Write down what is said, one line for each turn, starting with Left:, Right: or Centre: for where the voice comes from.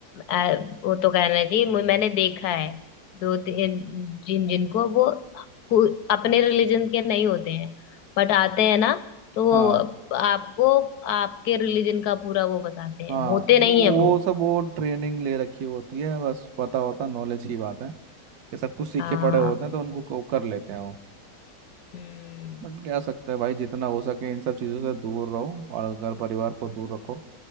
Left: आ, वो तो कहना चाहिए मु- मैंने देखा है दो तीन जिन जिनको वो खु- अपने रिलीजन के नहीं होते हैं बट आते हैं ना तो वो
Right: हाँ
Left: आपको आपके रिलीजन का पूरा वो बताते हैं
Right: हाँ
Left: होते नहीं
Right: वो वो
Left: है वो
Right: सब वो ट्रेनिंग ले रखी होती है बस पता होता नॉलेज की बात है कि सब कुछ सीखे
Left: हाँ
Right: पड़े होते हैं तो उनको को- कर लेते हैं वो
Left: हम्म
Right: बट क्या सकता है भाई जितना हो सके इन सब चीज़ों से दूर रहो और घर परिवार को दूर रखो